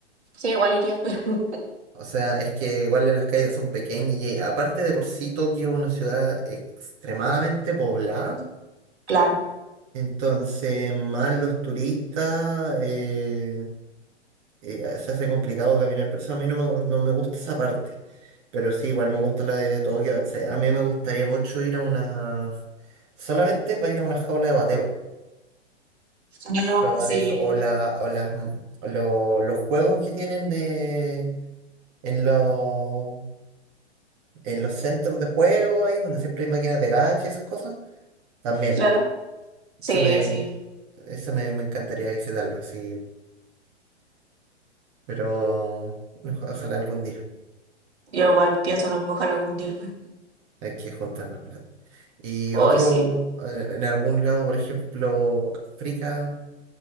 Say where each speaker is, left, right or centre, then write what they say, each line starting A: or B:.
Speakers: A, on the right; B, on the right.
A: Sí, igual iría. <laughs>
B: O sea, es que igual las calles son pequeñas y eh, aparte de por sí Tokio es una ciudad extremadamente poblada.
A: Claro.
B: Entonces, más los turistas, eh, eh, se hace complicado caminar. Por eso a mí no me, no me gusta esa parte. Pero sí, igual me gusta la idea de Tokio. O sea, a mí me gustaría mucho ir a una... Solamente para ir a una jaula de bateo.
A: Ah,
B: Probar
A: sí.
B: eso. O, la, o, las, o lo- los juegos que tienen de, en, los en los centros de juego ahí, donde siempre hay máquinas de gacha y esas cosas. También.
A: Claro. Sí,
B: Eso me,
A: sí.
B: eso me, me encantaría visitarlo así. Pero oja- ojalá algún día.
A: Yo igual pienso a lo mejor algún día.
B: Hay que juntar más plata. Y
A: Hoy
B: otro,
A: sí.
B: en en algún lado, por ejemplo, África.